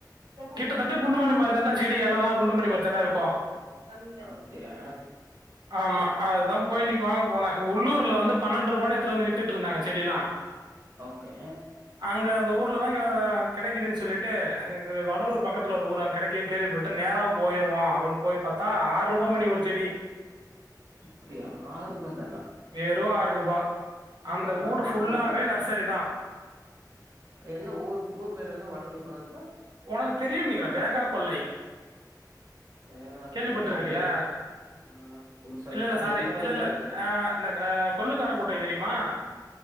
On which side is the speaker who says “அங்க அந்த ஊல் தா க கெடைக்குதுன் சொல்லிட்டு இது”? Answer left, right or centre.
Right